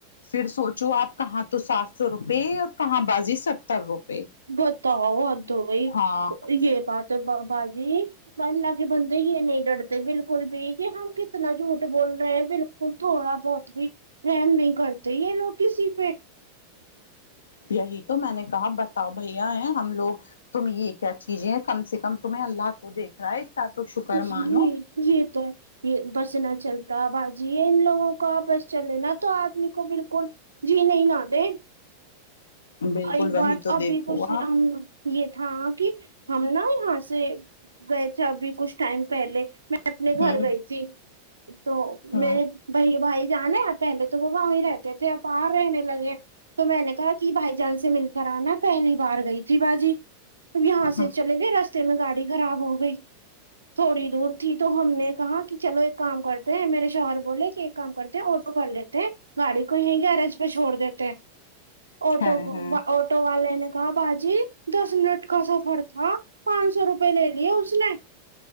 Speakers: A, on the left; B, on the right.
A: پھر سوچو آپ کہاں تو سات سو روپئے اور کہاں باجی ستر روپئے
B: بتاؤ حد ہوگئی
A: ہاں
B: یہ بات ہے باجی اللہ کے بندے یہ نہیں ڈرتے بالکل بھی کہ ہم کتنا جھوٹ بول رہے ہیں بال تھوڑا بہت بھی رحم نہیں کرتے یہ لوگ کسی پہ
A: یہی تو میں نے کہا بتاؤ بھیا ہیں ہم لوگ تم یہ کیا چیزیں کم سے کم تمہیں اللہ تو دیکھ رہا ہے تو شکر
B: جی
A: مانو
B: یہ تو ہے یہ بسنا چلتا بازی ہے ان لوگوں کو بس چلے نا تو آدمی کو بالکل جینے ہی نہ دے
A: بالکل
B: ای
A: وہی
B: بات
A: تو
B: ابھی
A: دیکھو
B: کچھ
A: آپ
B: ہم یہ تھا کہ ہم نا یہاں سے گئے تھے ابھی کچھ ٹائم پہلے میں اپنے گھر
A: ہ
B: گئ تھی تو
A: ہ
B: میرے بھائی بھائی جان ہے پہلے تو وہ وہی رہتے تھے اور بار رہنے لگے تو میں نے کہا کہ بھائی جان سے مل کر آنا پہلی بار گئی تھی باجی یہاں
A: ہاں
B: سے چلے گئے رستے میں گاڑی خراب ہو گئی تھوڑی دور تھی تو ہم نے کہا کہ چلو ایک کام کرتے ہیں میرے شوہر بولے کہ ایک کام کرتے آٹو کر لیتے ہیں گاڑی کو یہیں گیرج پہ چھوڑ دیتے ہیں آٹو
A: ہاں ہاں
B: آٹو والے نے کہا باجی دس منٹ کا سفر تھا پانچ سو روپے لے لیے اس نے